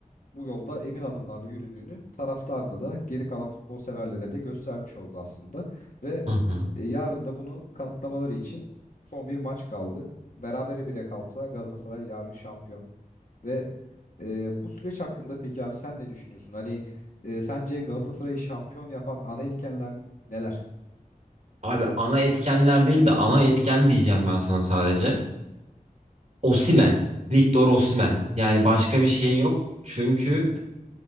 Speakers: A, on the left (about 65°); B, on the right (about 55°).
A: bu yolda emin adımlarla yürüdüğünü taraftarına da geri kalan futbol severlere de göstermiş oldu aslında. Ve
B: Hı hı.
A: e, yarın da bunu kanıtlamaları için son bir maç kaldı. Berabere bile kalsa Galatasaray yarın şampiyon. Ve e, bu süreç hakkında peki abi sen ne düşünüyorsun? Hani e, sence Galatasaray'ı şampiyon yapan ana etkenler neler?
B: Abi ana etkenler değil de ana etken diyeceğim ben sana sadece. Osimhen. Victor Osimhen. Yani başka
A: Çok
B: bir şey
A: doğru.
B: yok. Çünkü